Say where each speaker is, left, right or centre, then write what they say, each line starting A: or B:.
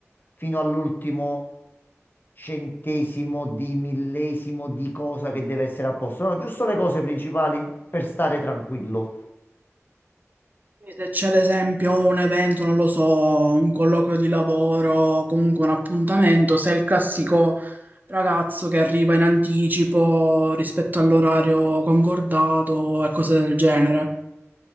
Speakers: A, on the left; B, on the right.
A: fino all'ultimo centesimo di millesimo di cosa che deve essere a posto, no, giusto le cose principali per stare tranquillo.
B: Quindi Se c'è ad esempio un evento, non lo so, un colloquio di lavoro, comunque un appuntamento, sei il classico ragazzo che arriva in anticipo rispetto all'orario concordato e cose del genere.